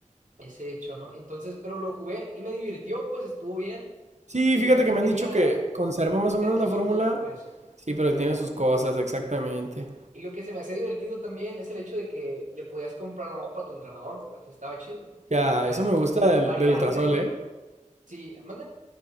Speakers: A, on the right; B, on the right.
A: ese hecho, ¿no? Entonces, pero lo jugué y me divirtió, pues estuvo bien.
B: Sí,
A: Y
B: fíjate
A: también
B: que me
A: tenía
B: han dicho que conserva más
A: detallitos,
B: o menos la fórmula
A: pues.
B: Sí, pero
A: Ándale.
B: tiene sus cosas, exactamente.
A: Y lo que se me hace divertido también es el hecho de que le podías comprar ropa a tu entrenador, pues estaba chido.
B: Ya,
A: podías
B: eso me gusta del,
A: variarle.
B: del ultrasol, ¿eh?
A: Sí, manda.